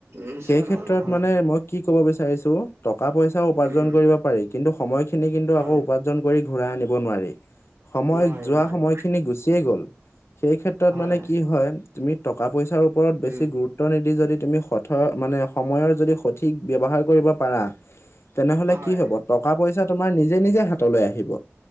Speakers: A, on the right (about 70°); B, on the left (about 65°).
A: নিশ্চয়
B: সেই ক্ষেত্ৰত
A: নোৱাৰো হয়
B: মানে মই কি ক'ব বিচাৰিছো, টকা পইচাও উপাৰ্জন
A: উম
B: কৰিব পাৰি, কিন্তু সময়খিনি কিন্তু
A: হয়
B: আকৌ উপাৰ্জন কৰি ঘূৰাই আনিব নোৱাৰি। সময়
A: নোৱাৰি
B: যোৱা
A: নোৱাৰি
B: সময়খিনি গুচিয়ে গ'ল। সেই ক্ষেত্ৰত
A: হয়
B: মানে কি হয়, তুমি টকা পইচাৰ ওপৰত বেছি
A: উম
B: গুৰু গুৰুত্ব নিদি যদি তুমি সঠৰ মানে সময়ৰ যদি সঠিক ব্যৱহাৰ কৰিব পাৰা তেনেহ
A: হয়
B: কি হ'ব টকা পইচা তোমাৰ নিজে নিজে হাতলে আহিব।